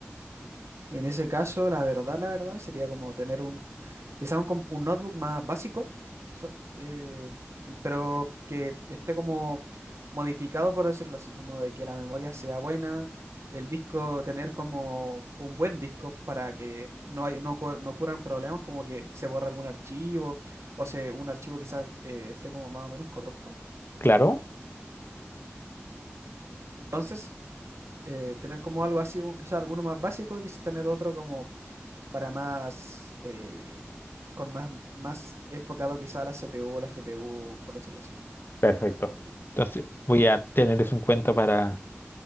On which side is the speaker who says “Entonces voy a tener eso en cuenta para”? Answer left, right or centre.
Left